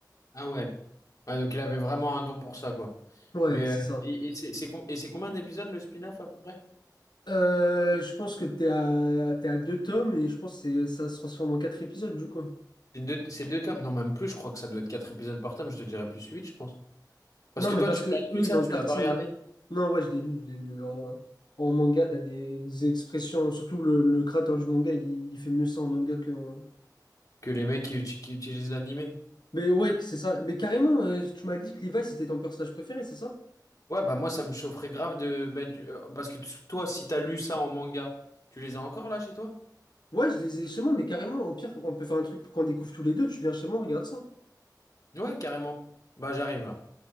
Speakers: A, on the left; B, on the left.
A: Ah ouais. Ouais, donc il avait vraiment un don pour ça, quoi.
B: Ouais,
A: Mais
B: c'est
A: euh,
B: ça.
A: et, et c'est c'est com- et c'est combien d'épisodes le spin-off à peu près?
B: Euh, je pense que t'es à, t'es à deux tomes et je pense que c'est- ça se transforme en quatre épisodes, du coup.
A: C'est deux, c'est deux tomes, non, même plus, je crois que ça doit être quatre épisodes par tome, je te dirais plus huit, je pense. Parce
B: Non,
A: que
B: mais
A: toi,
B: parce
A: tu
B: que
A: l'as
B: eux,
A: lu ça,
B: ils ont
A: tu
B: tartiné.
A: l'as pas regardé?
B: Non, ouais, je l'ai lu, je l'ai lu. En, en manga, t'as des expressions. Surtout le, le créateur du manga, il, il fait mieux ça en manga que. en-
A: Que les mecs qui, uti- qui utilisent l'animé.
B: Mais ouais, c'est ça. Mais carrément, euh, tu m'as dit que Levi, c'était ton personnage préféré, c'est ça?
A: Ouais, bah moi, ça me chaufferait grave de mettre. euh, Parce que t- toi, si t'as lu ça en manga, tu les as encore là chez toi?
B: Ouais, je les ai chez moi, mais carrément, au pire, on peut faire un truc pour qu'on découvre tous les deux. Tu viens chez moi, on regarde ça.
A: Ouais, carrément. Bah, j'arrive là.